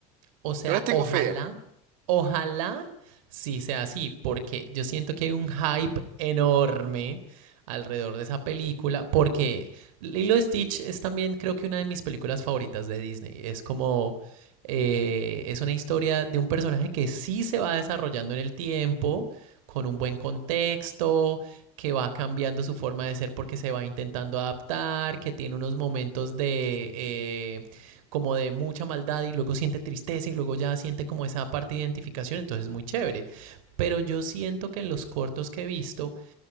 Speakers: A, on the right; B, on the right.
A: O sea,
B: yo le tengo
A: ojalá,
B: fe.
A: ojalá sí sea así, porque yo siento que hay un hype enorme alrededor de esa película, porque Lilo y Stitch es también creo que una de mis películas favoritas de Disney. Es como, eh, es una historia de un personaje que sí se va desarrollando en el tiempo, con un buen contexto, que va cambiando su forma de ser porque se va intentando adaptar, que tiene unos momentos de eh, como de mucha maldad y luego siente tristeza y luego ya siente como esa parte de identificación, entonces es muy chévere. Pero yo siento que en los cortos que he visto,